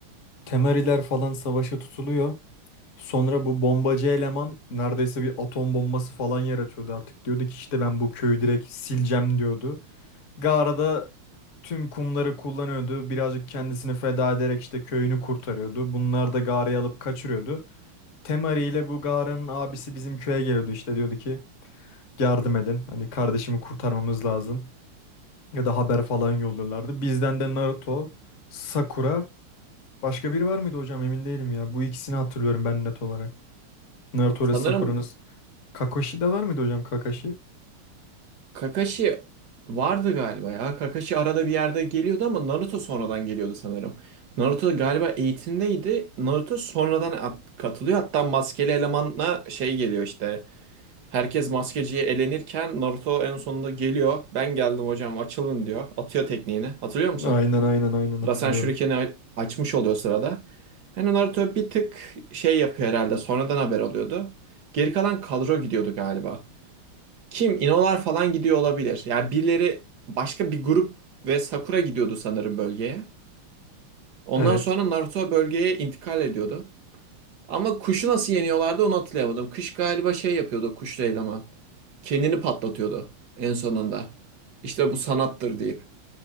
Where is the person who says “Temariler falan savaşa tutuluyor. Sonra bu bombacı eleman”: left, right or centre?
Left